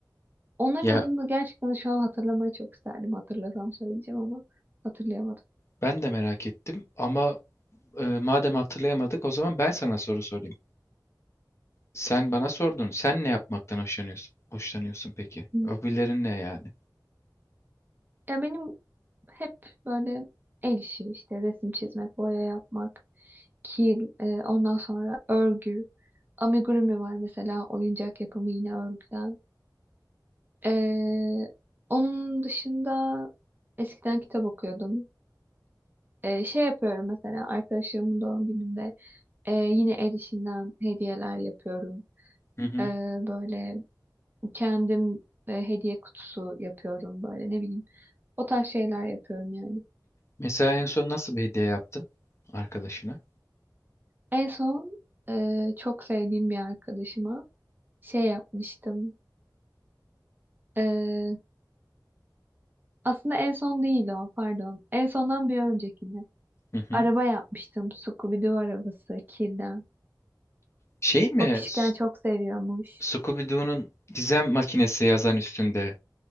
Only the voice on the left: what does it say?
Ya
ben de merak ettim ama e, madem hatırlayamadık o zaman ben sana soru sorayım. Sen bana sordun. Sen ne yapmaktan hoşlanıyorsun? Hoşlanıyorsun peki.
Hobilerin ne yani?
Hı hı.
Mesela en son nasıl bir hediye yaptın arkadaşına?
Hı hı.
Şey mi?
S-
Scooby-Doo'nun gizem makinesi yazan üstünde.